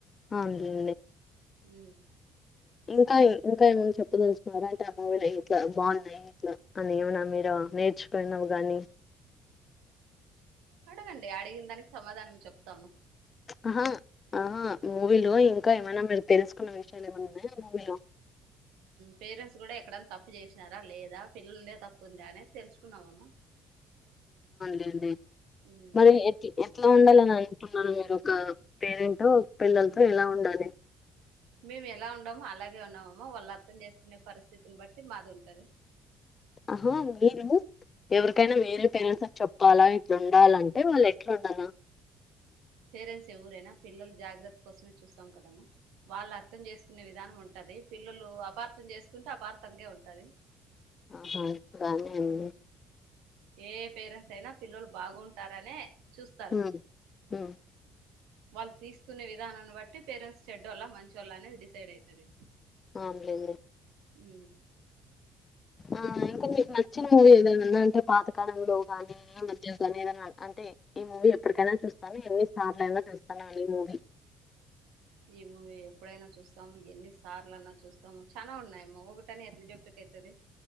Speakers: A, on the left (about 40°); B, on the right (about 75°).
A: అండి
B: హ
A: ఇంకా ఇంకా ఏమనా చెప్పదలుచుినారా అంటే ఆ మూవీలు ఇట్లా బాగున్నాయి ఇట్లా అని ఏమనా మీరు నేర్చుకుయినావు ని
B: అడగండి అడిగిన దానికి సమాధానం చెప్తాము
A: ఆహా ఆ మూవీలో ఇంకా ఏమైనా మీరు తెలుసుకున్న విషయాలు ఏమన్నా ఉన్నాయా మూవీలో
B: పేరెంట్స్ కూడా ఎక్కడన్నా తప్పు చేసినారా లేదా పిల్లలదే తప్పు ఉందా అనేది తెలుసుకున్నావమ్మా
A: వుండి
B: ఉమ్
A: మరి ఎట్ ఎట్లా ఉండాలని అంటున్నారు మీరు ఒక పేరెంట్ పిల్లలతో ఇలా ఉండాలి
B: మేము ఎలా ఉండమో అలాగే ఉన్నామమ్మో వాళ్ళు అర్థం చేసుకునే పరిస్థితిని బట్టి మాది ఉంటది
A: ఆహా మీరు ఎవరికైనా వేరే పేరెంట్స్ అ చెప్పాలా ఇట్లా ఉండాలంటే వాళ్ళు ఎట్లా ఉండనా
B: పేరెంట్స్ ఎవరైనా పిల్లలు జాగ్రత్త కోసమే చూస్తాం కదమ్మా వాళ్ళు అర్థం చేసుకునే విధానం ఉంటది పిల్లలు అపార్థం చేసుకుంటే అపార్థంగాే ఉంటది
A: ఆహాగానే అండి
B: ఉమ్ ఏ పేరెంట్స్ అయినా పిల్లలు బాగుంటారనే
A: హ
B: చూస్తారు వాళ్ళు తీసుకునే విధానాన్ని బట్టి పేరెంట్స్ చెడ్డ వాళ్ళ మంచి వాళ్ళ అనేది డిసైడ్ అవుతుది
A: ఆలేండి
B: ఉ
A: ఆ ఇంకా మీకు నచ్చిన మూవీ ఏదనాన్నా అంటే పాతకాలంలో ని మధ్య నీ ఏదన్నా అంటే ఈ మూవీ ఎప్పటికైనా చూస్తాను ఎన్ని సార్లయినా చూస్తాను ఈ మూవీ
B: ఈ మూవీ ఎప్పుడైనా చూస్తాము ఎన్ని సార్లున్నా చూస్తాము చాలా ఉన్నాయమ్మో ఒకటని ఎట్లా జొప్పికైతది